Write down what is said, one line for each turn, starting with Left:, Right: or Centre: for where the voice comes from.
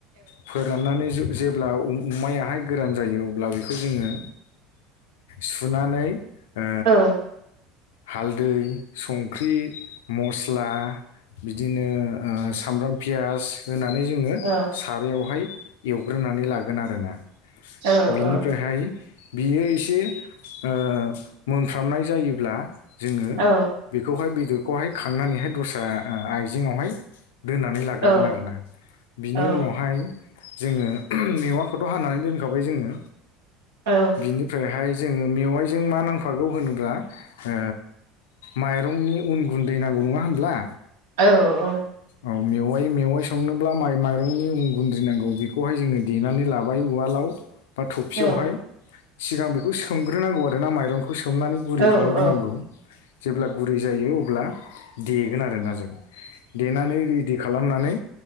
Left: फोराननानै ज-जेब्ला अ मायाहाय गोरान जायो अब्ला बेखौ जोङो सुनानै ओ
Right: औ।
Left: हालदै, संख्रि, मस्ला बिदिनो ओ सामब्राम पियास होनानै जोङो
Right: औ
Left: सारायावहाय एवग्रोनानै लागोन आरोना।
Right: सिथाबैनि
Left: बिनिफ्रायहाय बियो एसे ओ मोनफ्रामनाय जायोब्ला जोङो
Right: औ
Left: बेखौहाय बेदरखौहाय खांनानैहाय दस्रा ओ आइजेङावहाय दोननानै लाग्रोगोन
Right: औ
Left: आरोना। बिनि
Right: औ
Left: उनावहाय जोङो मेवा खथ' हानानै दोनखाबाय जोङो,
Right: औ
Left: बिनिफ्रायहाय जोङो मेवाइजों मा नांफागौ होनोब्ला ओ माइरंनि उन गुन्दै नां गौ नङा होनब्ला?
Right: औ औ।
Left: औ मेवाइ मेवाइ संनोब्ला माइ माइरंनि उन गुन्दै नांगौ बेखौहाय जोङो देनानै लाबाय उवालाव बा थफसियावहाय।
Right: औ
Left: सिगां बेखौ सोमग्रो नांगौ आरो ना माइरं खौ सोमनानै
Right: औ
Left: गुरै खालामग्रोनांगौ। जेब्ला गुरै जायो अब्ला देगोन आरोना जों। देनानै रेडि खा खालामनानै